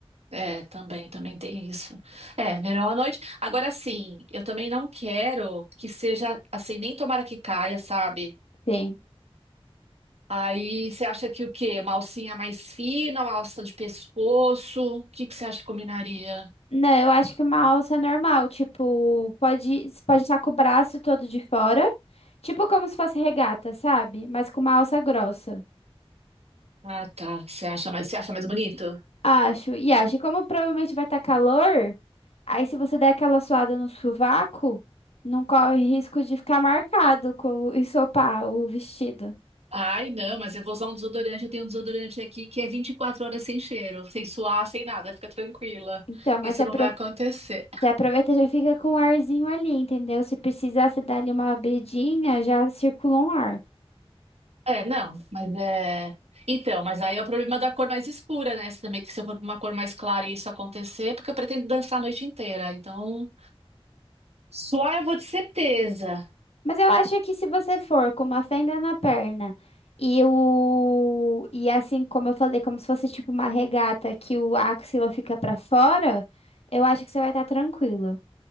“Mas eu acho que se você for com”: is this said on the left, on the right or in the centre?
Left